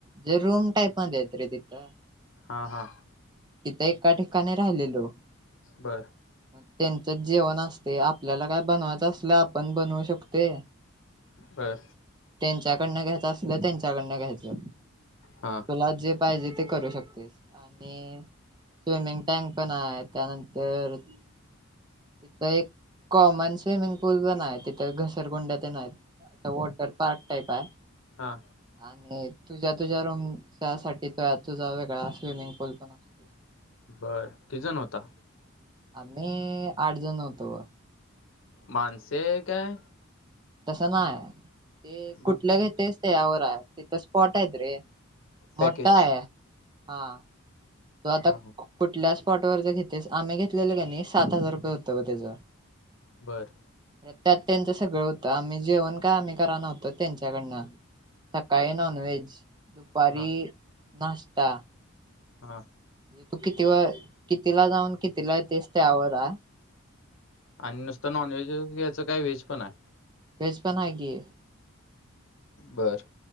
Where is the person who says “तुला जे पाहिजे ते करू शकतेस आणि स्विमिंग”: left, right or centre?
Right